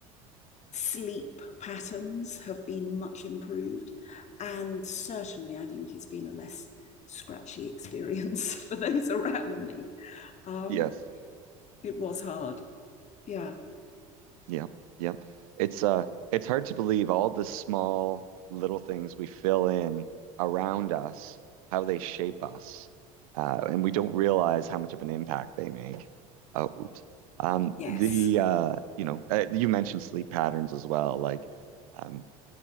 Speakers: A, on the left; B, on the right.
A: sleep patterns have been much improved. And certainly, I think it's been a less scratchy experience <laughs> for those around me. Um,
B: yes.
A: it was hard. Yeah.
B: Yep, yep. It's uh it's hard to believe all the small little things we fill in around us, how they shape us. Uh, and we don't realize how much of an impact they make. Oh, oops. Um,
A: Yes.
B: the uh, you know, uh, you mentioned sleep patterns as well. Like, um,